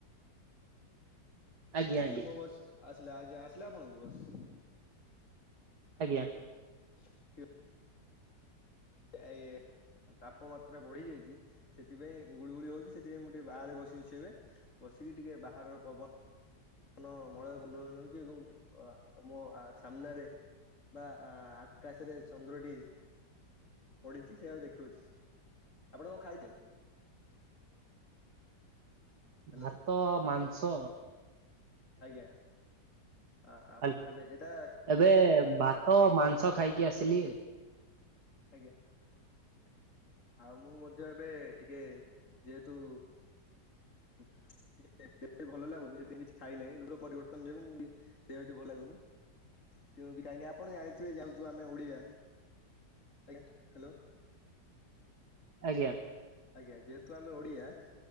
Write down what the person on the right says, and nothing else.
ଆଜ୍ଞା
ଆଜ୍ଞା
ଆଜ୍ଞା।
ଭାତ ଆଉ ମାଂସ।
ହାଲ୍
ଏବେ ଭାତ ମାଂସ ଖାଇକି ଆସିଲି।
ଆଜ୍ଞା।